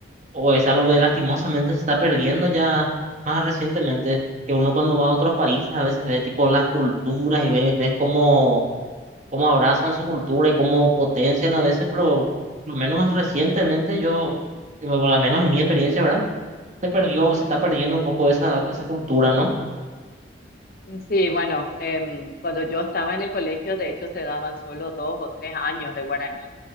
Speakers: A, on the right; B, on the left.
A: o es algo que lastimosamente se está perdiendo ya más recientemente, que uno cuando va a otros países a veces ve tipo las culturas y ves, ves cómo cómo abrazan su cultura y cómo potencian a veces, pero lo menos recientemente yo, bueno, al menos en mi experiencia, ¿verdad? Se perdió, se está perdiendo un poco esa, esa cultura, ¿no?
B: Sí, bueno, em, cuando yo estaba en el colegio, de hecho, se daban solo dos o tres años de guaraní.